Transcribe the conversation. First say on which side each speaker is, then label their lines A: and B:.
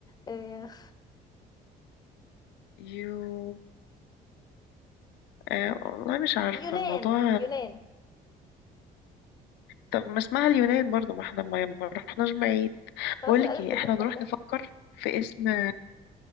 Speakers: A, on the left (about 25°); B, on the left (about 85°).
A: آه
B: يو آه والله مش عارفة
A: يونان
B: الموضوع
A: يونان
B: طب ما اسمها اليونان برضو ما احنا ما ما رحناش بعيد
A: خلاص
B: بقولك
A: الألف
B: ايه
A: واللام
B: احنا نروح
A: بقى
B: نفكر في اسم